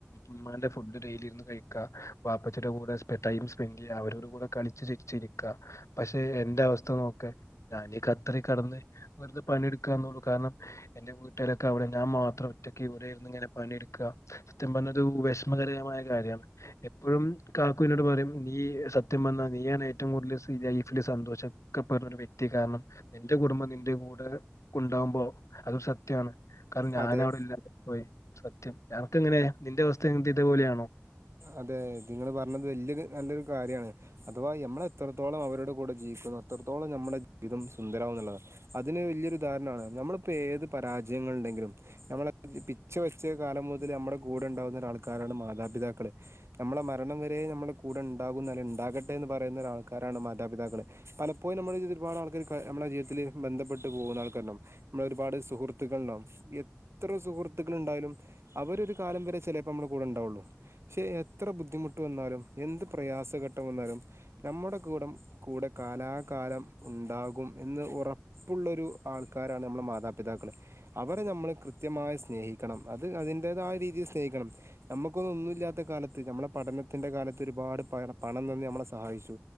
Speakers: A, on the left; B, on the right.
A: ഇമ്മാന്റെ ഫുഡ് ഡെയിലി ഇര്ന്ന് കഴിക്കാ വാപ്പച്ചിടെ കൂടെ സ്‌പെ ടൈം സ്പെന്റെയ്യ അവര്ടെ കൂടെ കളിച്ച് ചിരിച്ചിരി ക്ക പക്ഷെ എന്റെ അവസ്ഥ നോക്ക് ഞാനീ ഖത്തറി കടന്ന് വെറ്തെ പണിയെട്ക്കാന്നൊള്ളൂ കാരണം എന്റെ വീട്ടാരൊക്കെ അവിടെ ഞാൻ മാത്രം ഒറ്റയ്ക്ക് ഇവിടെ ഇരുന്നിങ്ങനെ പണിയെടുക്ക സത്യം പറഞ്ഞൊരു വിഷമകരമായ കാര്യാണ് എപ്പഴും കാക്കുന്നോട് പറയും നീ സത്യം പറഞ്ഞ നീയാണെ റ്റവും കൂടുതല് സി ലൈഫില് സന്തോഷിക്കപ്പെടുന്ന ഒരു വ്യക്തി കാരണം എന്റെ കുടുംബം നിന്റെ കൂടെ ഉണ്ടാവുമ്പോ അതൊരു സത്യാണ് കാരണം ഞാനവിടെ
B: അതെ
A: ഇല്ലാതെ പോയി സത്യം അനക്കെങ്ങനെയ നിന്റെ അവസ്തേം ഇതേപോലെയാണോ
B: അതെ ഇതിങ്ങള് പറഞ്ഞത് വല്യൊരു നല്ലൊരു കാര്യാണ് അഥവാ ഞമ്മള് എത്രത്തോളം അവരുടെ കൂടെ ജീവിക്കുന്നോ അത്രത്തോളം ഞമ്മടെ ജീവിതം സുന്ദരമാവും ന്നുള്ളതാ അതിന് വല്യാെരു ഉദാഹരണാണ് നമ്മളിപ്പ ഏത് പരാജയങ്ങള് ഇണ്ടെങ്കിലും നമ്മളെ പിച്ച വെച്ചെ കാലം മുതല് നമ്മടെ കൂടെ ഉണ്ടാവുന്ന ഒരാ ൾക്കാരാണ് മാതാപിതാക്കള് നമ്മളെ മരണം വരെ നമ്മള് കൂടെ ഇണ്ടാകുന്ന അല്ല ഇണ്ടാകട്ടെ എന്ന് പറയുന്നര ആൾക്കാരാണ് മാതാപിതാക്കള് പലപ്പോഴും നമ്മുടെ ജീവിതത്തില് ഒരുപാട് ആൾക്കാര് നമ്മളെ ജീവിതത്തില് ബന്ധപ്പെട്ട് പോകുന്ന ആൾക്കാര്ണ്ടാവും നമ്മളെ ഒരുപാട് സുഹൃത്തുക്കള് ഉണ്ടാകും എത്ര സുഹൃത്തുക്കൾ ഉണ്ടായാലും അവര് ഒരു കാലം വരെ ചെലേപ്പം നമ്മുടെ കൂടെ ഉണ്ടാവൊള്ളൂ പക്ഷെ എത്ര ബുദ്ധിമുട്ട് വന്നാലും എന്ത് പ്രയാസഘട്ടം എന്നാലും നമ്മുടെ കൂടം കൂടെ കാലാകാലം ഉണ്ടാകും എന്ന് ഉറ പ്പുള്ളൊരു ആൾക്കാരാണ് നമ്മളെ മാതാപിതാക്കള്. അവരെ ഞമ്മള് കൃത്യമായി സ്നേഹിക്കണം അത് അതിന്റേതായ രീതിയിൽ സ്നേഹിക്കണം. നമ്മക്കൊന്നു ഒന്നുല്ലാത്ത കാലത്ത് നമ്മളെ പഠനത്തിന്റെ കാലത്ത് ഒരുപാട് പ പണം തന്ന് നമ്മളെ സഹായിച്ചു.